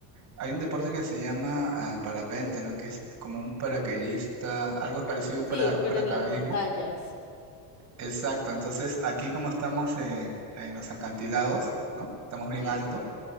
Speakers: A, on the right; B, on the left.
A: Hay un deporte que se llama ah, parapente, ¿no? Que es como un paracaidista, algo parecido a un,
B: Sí,
A: para, un
B: pero
A: paracaidismo.
B: en las montañas.
A: Exacto, entonces aquí como estamos en, en los acantilados, ¿no? Estamos bien
B: Sí.
A: alto